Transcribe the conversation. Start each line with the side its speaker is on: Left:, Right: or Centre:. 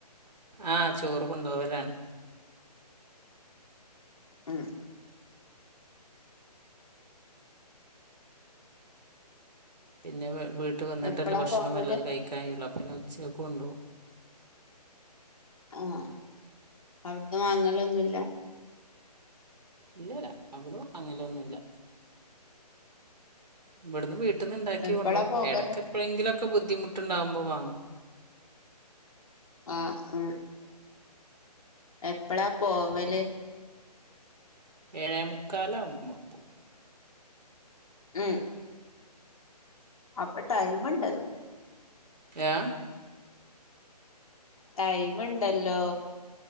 Right: ആഹ ചോറ് കൊണ്ടപോവലാണ്
Left: ഉം
Right: പിന്നെ വീട്ട് വന്നിട്ടല്ല
Left: എപ്പളാ
Right: ഭക്ഷണം
Left: പോവല്
Right: വല്ലത കഴിക്കാ കുള്ള പിന്നെ ഉച്ചക്കെ കൊണ്ടോും
Left: ആഹ അവിടന്ന് വാങ്ങലൊന്നുമല്ല
Right: ഇല്ലല്ല അവിടുന്ന് അങ്ങല ഒന്നുംല്ല ഇവിടുന്ന് വീട്ടിൽന്ന് ഇണ്ടാക്കി
Left: എപ്പളാ
Right: കൊണ്ടോ
Left: പോകല്
Right: ഇടക്കെപ്പോഴെങ്കിലൊക്കെ ഒക്കെ ബുദ്ധിമുട്ടുണ്ടകുമ്പോ വാങ്ങും
Left: ആ ആ എപ്പഴാ പോവല്
Right: ഏഴേമുക്കാല അ്പ പോൂ
Left: മ് അപ്പടൈമ്ണ്ടല്ല-
Right: ആഏ
Left: ടൈമുണ്ടല്ലോ